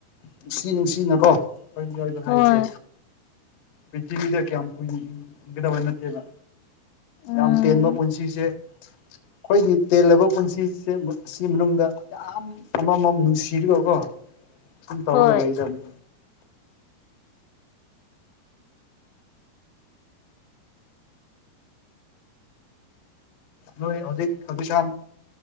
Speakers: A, on the left; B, on the left.
A: ꯅꯨꯡꯁꯤ ꯅꯨꯡꯁꯤꯅꯀꯣ ꯑꯩꯏꯕꯗꯤ ꯑꯣꯏꯕꯥ
B: ꯍꯣꯏ
A: ꯍꯥꯏꯁꯦ ꯄꯔꯤꯊꯤꯕꯤꯗ ꯀꯌꯥꯝ ꯀꯨꯏꯅꯥ ꯍꯤꯡꯒꯗꯕ ꯅꯠꯇꯦꯕ
B: ꯎꯝ
A: ꯌꯥꯝ ꯇꯦꯟꯕ ꯄꯨꯟꯁꯤꯁꯦ ꯑꯩꯈꯣꯏꯒꯤ ꯇꯦꯜꯂꯕ ꯄꯨꯟꯁꯤꯁꯦꯝꯕ ꯑꯁꯤ ꯃꯅꯨꯡꯗ ꯌꯥꯝ ꯑꯃꯃꯝ ꯅꯨꯡꯁꯤꯔꯤꯒꯀꯣ ꯑꯗꯨꯨꯝ ꯇꯧꯔꯒ
B: ꯍꯣꯏ
A: ꯂꯩꯗꯕꯅꯤ ꯅꯣꯏ ꯍꯧꯖꯤꯛ ꯍꯧꯖꯤꯛꯀꯥꯟ